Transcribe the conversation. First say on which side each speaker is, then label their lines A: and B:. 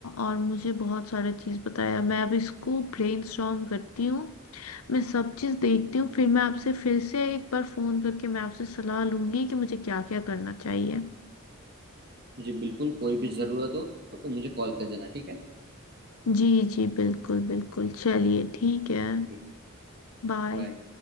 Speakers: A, on the left (about 85°); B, on the right (about 50°).
A: और मुझे बहुत सारा चीज़ बताया मैं अब इसको ब्रेनस्टॉर्म करती हूँ मैं सब चीज़ देखती
B: जी
A: हूँ फिर मैं आपसे फिर से एक बार फ़ोन करके मैं आपसे सलाह लूँगी कि मुझे क्या क्या करना चाहिए
B: जी बिल्कुल कोई भी ज़रूरत हो तो मुझे कॉल कर देना ठीक है
A: जी जी बिल्कुल बिल्कुल चलिए ठीक है
B: ठीक है
A: बाय
B: बाय